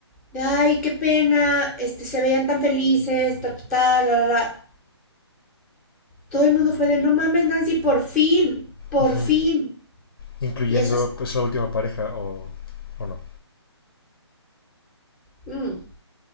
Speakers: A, in the centre; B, on the left (about 55°).
A: de, ay, qué pena, este, se veían tan felices, ta, ta, ta, la, la, Todo el mundo fue de, no mames, Nancy, por fin, por
B: Ujú.
A: fin.
B: incluyendo
A: Y eso es,
B: pues la última pareja o, o no.
A: mm,